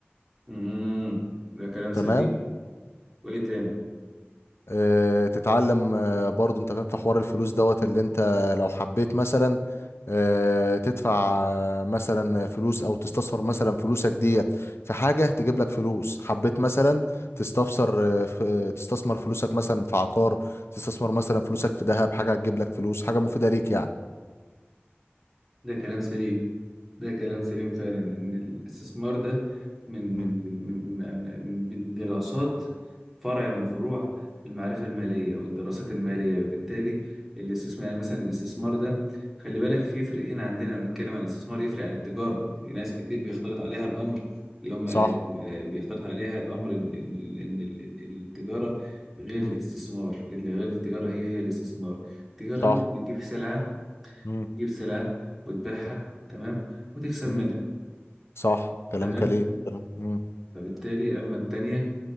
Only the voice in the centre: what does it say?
امم ده كلام سليم
وايه تاني
ده كلام سليم ده كلام سليم فعلا ان الاستثمار ده من
من من من من من دراسات فرع من فروع المعرفة المالية والدراسات المالية وبالتالي الاستثمار يعني مثلا الاستثمار ده خلي بالك في يفرق هنا عندنا لما بنتكلم عن الاستثمار يفرق عن التجارة في ناس كتير بيختلط عليها الأمر اللي هم
آه، بيختلط عليها الأمر إن إن إن التجارة غير
الاستثمار اللي غير التجارة هي هي الاستثمار التجارة
دي أنت بتجيب سلعة
تجيب سلعة وتبيعها تمام وتكسب
منها
تمام
فبالتالي أما التانية